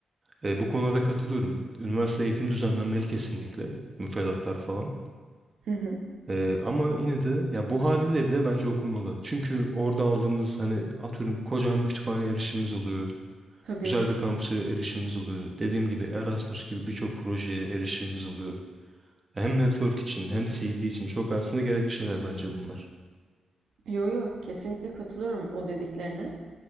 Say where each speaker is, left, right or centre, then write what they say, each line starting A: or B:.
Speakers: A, on the right; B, on the right.
A: E, bu konularda katılıyorum. Üniversite eğitim düzenlenmeli kesinlikle. Müfredatlar falan.
B: Hı hı.
A: E, ama yine de ya bu haliyle bile bence okunmalı. Çünkü orada aldığımız hani atıyorum kocaman bir kütüphane erişimimiz oluyor.
B: Tabii.
A: Güzel bir kampüse erişimimiz oluyor. Dediğim gibi Erasmus gibi birçok projeye erişimimiz oluyor. Hem network için hem CV için çok aslında gerekli şeyler bence bunlar.
B: Yo yo kesinlikle katılıyorum o dediklerine.